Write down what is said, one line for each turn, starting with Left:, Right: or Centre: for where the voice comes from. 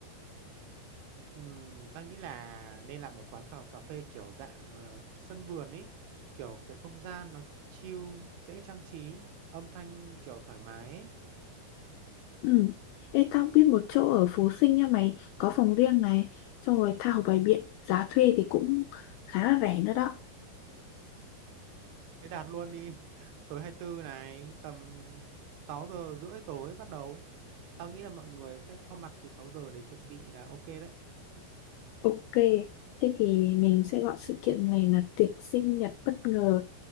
Right: Ừm, ta nghĩ là nên làm ở quán cà, cà phê kiểu dạng ờ, sân vườn ấy. Kiểu cái không gian nó chill, dễ trang trí, âm thanh kiểu thoải mái ấy.
Left: Ừ, ê, tao biết một chỗ ở Phú Sinh nha mày, có phòng riêng này, xong rồi tha hồ bày biện, giá thuê thì cũng khá là rẻ nữa đó.
Right: Thế đạt luôn đi. <laughs> Tối hai tư này tầm 6 giờ rưỡi tối bắt đầu. Tao nghĩ là mọi người sẽ có mặt từ 6 giờ để chuẩn bị là ok đấy.
Left: Ok, thế thì mình sẽ gọi sự kiện này là tiệc sinh nhật bất ngờ